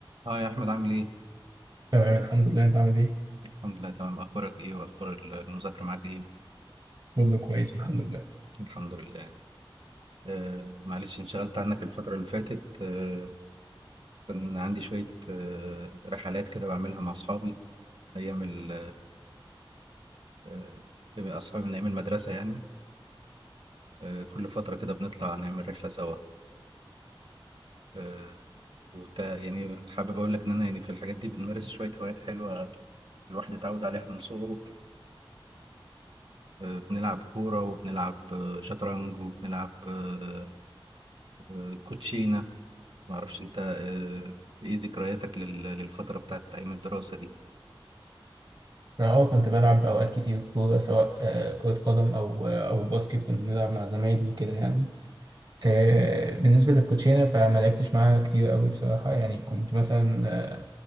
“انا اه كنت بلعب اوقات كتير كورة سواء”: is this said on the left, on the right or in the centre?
Right